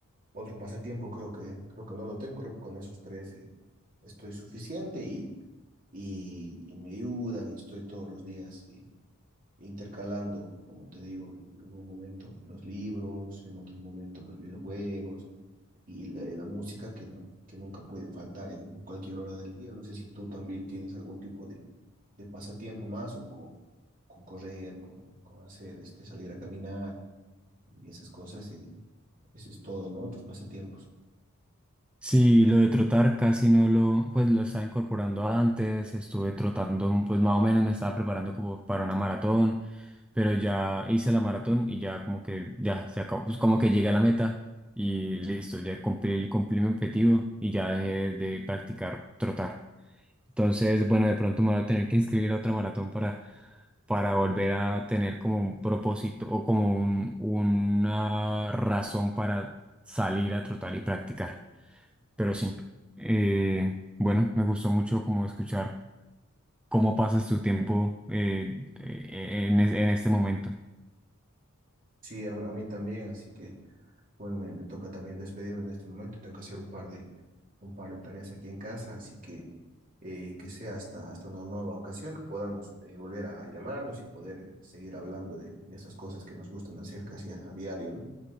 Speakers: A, on the right (about 40°); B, in the centre.
A: Otro pasatiempo creo que, creo que no lo tengo, creo que con esos tres eh, estoy suficiente y, y, y me ayudan y estoy todos los días y, intercalando, como te digo, en un momento los libros, en otro momento los videojuegos y la, la música que, no- que nunca puede faltar en cualquier hora del día. No sé si tú también tienes algún tipo de, de pasatiempo más o co- con correr, con, con hacer, este, salir a caminar y esas cosas y eso es todo, ¿no? Tus pasatiempos.
B: Sí, lo de trotar casi no lo, pues lo estaba incorporando antes. Estuve trotando, pues más o menos me estaba preparando como para una maratón, pero ya hice la maratón y ya como que ya se acabó. Pues como que llegué a la meta y listo, ya cumplí, cumplí mi objetivo y ya dejé de de practicar trotar. Entonces, bueno, de pronto me voy a tener que inscribir a otra maratón para, para volver a tener como un propósito o como un- una razón para salir a trotar y practicar. Pero sí, eh, bueno, me gustó mucho como escuchar cómo pasas tu tiempo eh, eh, en, es- en este momento.
A: Sí, a, a mí también, así que bueno, me, me toca también despedirme en este momento. Tengo que hacer un par de, un par de tareas aquí en casa, así que eh, que sea hasta, hasta una nueva ocasión, que podamos eh, volver a, a llamarnos y poder eh, seguir hablando de, de esas cosas que nos gustan hacer casi a a diario, ¿no?